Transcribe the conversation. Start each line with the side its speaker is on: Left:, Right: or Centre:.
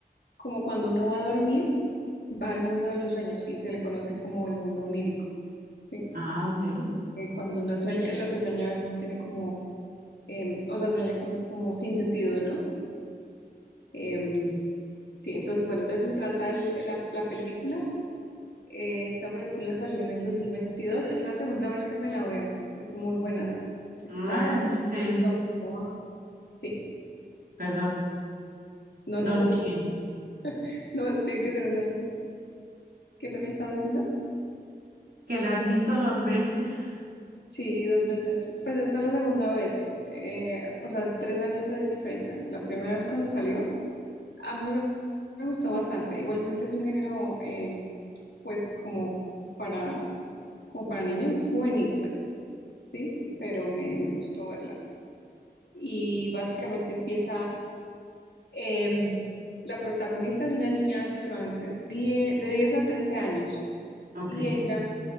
Left: Como cuando uno va a dormir, va al mundo de los sueños y se le conoce como el mundo onírico. ¿sí?
Right: Ah, ok.
Left: Eh, cuando uno sueña, lo que sueña a veces tiene como em, o sea, sueña cosas como sin sentido, ¿no? Em, sí, entonces, bueno, de eso se trata el- la, la película. Eh, esta película salió en el dos mil veintidós es la segunda vez que me la veo, es muy buena. Está...
Right: Ah, entonces,
Left: Jason Momoa. Sí,
Right: perdón.
Left: no, no
Right: No,
Left: te preocupes,
Right: sí,
Left: <laughs> no, tiene que ser una... ¿Qué me estabas diciendo?
Right: que la has visto dos veces.
Left: Sí, dos veces. Pues esta es la segunda vez, eh, o sea, tres años de diferencia. La primera vez cuando salió, a mí Me gustó bastante. Igualmente es un género, em, pues, como para, como para niños, es juvenil, pues, ¿sí? Pero me, me gustó verla. Y básicamente empieza, em, la protagonista es una niña de aproximadamente 10 de 10 a 13 años
Right: Ok.
Left: y ella